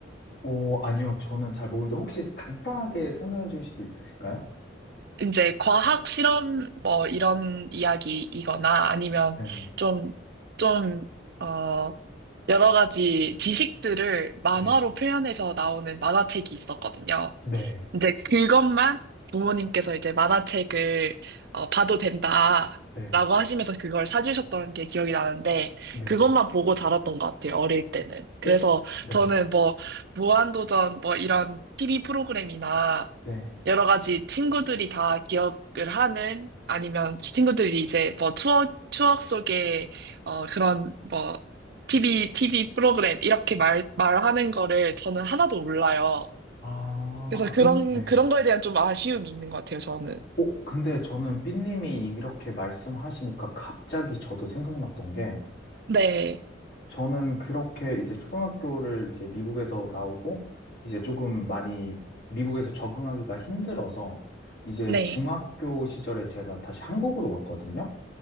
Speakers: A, on the left; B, on the right.
A: 오, 아니요. 저는 잘 모르는데 혹시 간단하게 설명해 주실 수 있으실까요?
B: 이제 과학 실험 뭐 이런 이야기이거나 아니면
A: 네.
B: 좀, 좀, 어, 여러 가지 지식들을 만화로
A: 네.
B: 표현해서 나오는 만화책이 있었거든요.
A: 네.
B: 이제 그것만 부모님께서 이제 만화책을 어, 봐도 된다라고
A: 네.
B: 하시면서 그걸 사주셨던 게 기억이 나는데
A: 네.
B: 그것만 보고 자랐던 것 같아요 어릴 때는 그래서
A: 오, 네.
B: 저는 뭐 무한도전 뭐 이런 TV 프로그램이나
A: 네.
B: 여러 가지 친구들이 다 기억을 하는 아니면 친구들이 이제 뭐 추억 추억 속에 어, 그런 뭐 TV TV 프로그램 이렇게 말 말하는 거를 저는 하나도 몰라요
A: 아,
B: 그래서
A: 아, 근,
B: 그런,
A: 네.
B: 그런 거에 대한 좀 아쉬움이 있는 것 같아요, 저는.
A: 어, 근데 저는 삐님이 이렇게 말씀하시니까 갑자기 저도 생각났던 게,
B: 네,
A: 저는 그렇게 이제 초등학교를 이제 미국에서 나오고, 이제 조금 많이 미국에서 적응하기가 힘들어서, 이제
B: 네.
A: 중학교 시절에 제가 다시 한국으로 왔거든요.